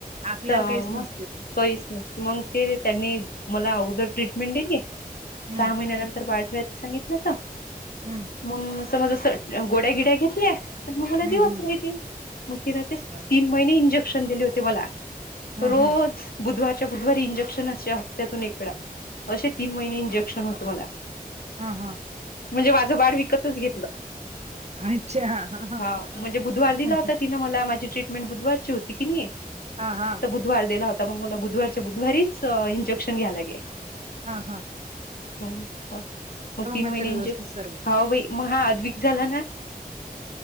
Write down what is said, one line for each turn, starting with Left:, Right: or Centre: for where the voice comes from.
Right: आपल्यावर
Left: तर
Right: काहीच
Left: मग
Right: नसते ते.
Left: कहीच ना मग ते त्यांनी मला अगोदर ट्रीटमेंट दिली
Right: हं,
Left: सहा महिनंतर बाळाच्या सांगितलं तर
Right: हं.
Left: मग समज अस गोड्या गिड्या घेतल्या मग मला
Right: हं,
Left: दिवस
Right: हं.
Left: राहिते मग तिन ते
Right: अच्छा,
Left: तीन महिने इंजेक्शन दिले होते मला.
Right: हां,
Left: रोज
Right: हां.
Left: बुधवारच्या बुधवारी इंजेक्शन अस हप्त्यातून इक वेळा. असे तीन महिने इंजेक्शन होत मला.
Right: हा हा
Left: म्हणजे माझं वाढ विकतच घेतलं
Right: अच्छा. हां, हां.
Left: हा म्हणजे बुधवार दिला
Right: हां,
Left: होता
Right: हां.
Left: तिन. मला माझी ट्रीटमेंट बुधवारची होती की नाही.
Right: हा हा
Left: बुधवार दिला होता मग मला बुधवारच्या बुधवारीच इंजेक्शन घ्यायलागे.
Right: हा हा.
Left: हम् ह. मग तीन
Right: नंतर
Left: महिन्य
Right: व्यवस्थित
Left: इंजेक्शन
Right: सर्व.
Left: मग हा आद्विक झाला ना.